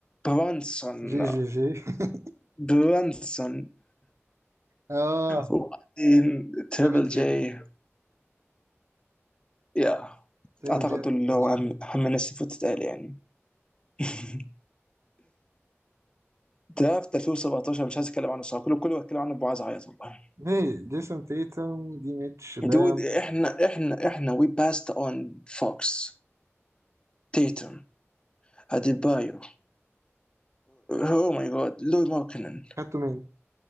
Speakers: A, on the left; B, on the right.
A: برونسون
B: جي جي جي <laughs>
A: برونسون
B: اه
A: وبعدين تريبل
B: تريبل جي
A: جي يا
B: تريبل
A: اعتقد
B: جي قبل
A: دول اللي
B: برونسون
A: هو اهم
B: قبل.
A: اهم الناس اللي فوتت قال يعني <laughs> <applause> درافت 2017 مش عايز اتكلم عنه صراحه كله كله بتكلم عنه ابو عايز اعيط والله
B: ليه جيسون تيتم دي ميتش بام
A: دود احنا احنا احنا وي باست اون فوكس تيتم اديبايو او ماي جاد لوي ماركنن
B: خدتوا مين؟